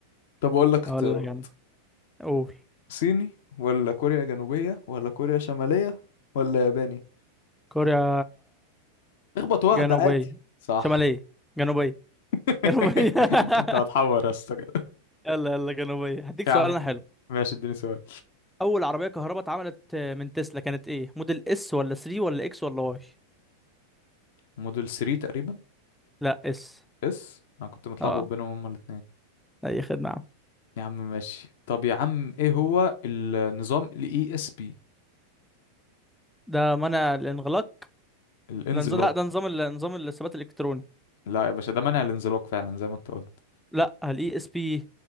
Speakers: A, on the left; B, in the centre.
A: طب أقول لك اختيارات
B: اقول لك انا قول
A: صيني ولا كوريا جنوبية ولا كوريا شمالية ولا ياباني
B: كوريا
A: اخبط واحدة
B: جنوبية
A: عادي صح
B: شمالية جنوبية
A: <laughs>
B: جنوبية <laughs>
A: انت هتحور يا اسطى كده
B: يلا يلا جنوبية هديك
A: يا
B: سؤال
A: عم
B: انا حلو
A: ماشي اديني سؤال
B: اول عربية كهرباء اتعملت من تسلا كانت ايه موديل اس ولا 3 ولا اكس ولا واي
A: موديل 3 تقريبا
B: لا اس
A: اس انا كنت متلخبط
B: اه
A: بينهم هما الاثنين
B: اي خدمة
A: يا عم ماشي طب يا عم ايه هو النظام الاي اس بي
B: ده منع الانغلاق
A: الانزلاق
B: ده نظام لا ده نظام ال- نظام الثبات الالكتروني
A: لا يا باشا ده منع الانزلاق فعلا زي ما انت قلت
B: لا الاي اس بي